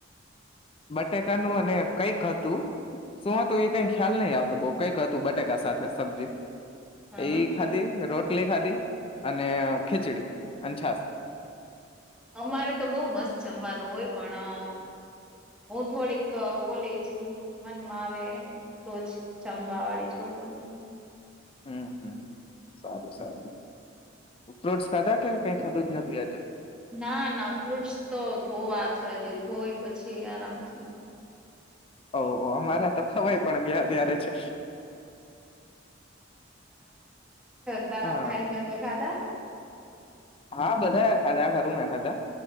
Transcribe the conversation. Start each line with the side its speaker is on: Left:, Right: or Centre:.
Left: બટેકા નું અને કઈક હતું. શું તો, એ કઈ ખ્યાલ નહી આવતો, બઉ કઈક હતું, બટેકા સાથે સબ્જી.
Centre: હા
Left: એ ખાધી રોટલી ખાધી અને ખીચડી અને છાસ.
Centre: અમારે તો બહુ મસ્ત જમવાનું હોય, પણ હું થોડીક ઓલી છું, મનમાં આવે. તોજ જમવા વાળી છોકરી.
Left: હમ, હમ, સારું સારું ફ્રૂટ્સ ખાધા કેમ કઈ ખાધું જ નથી, આજ.
Centre: ના, ના ફ્રૂટસ તો ધોવા છે, હજી ધોય પછી આરામથી
Left: ઓ અમારા તો ખવાય પણ ગયા ત્યારે છે.
Centre: તારા
Left: હા
Centre: ભાઈબાંધે ખાધા.
Left: હા, બધા ખાધા આ ખા રુંમે ખાધા